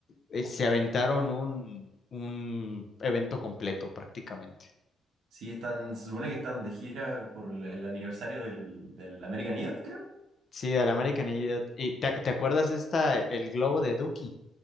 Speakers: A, on the left; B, on the right.
A: eh, se aventaron un, un evento completo prácticamente.
B: Sí, están, se supone que están de gira por el, el aniversario del, del American Idiot, creo.
A: Sí, del American Idiot. ¿Y te, te acuerdas esta, el globo de Dookie?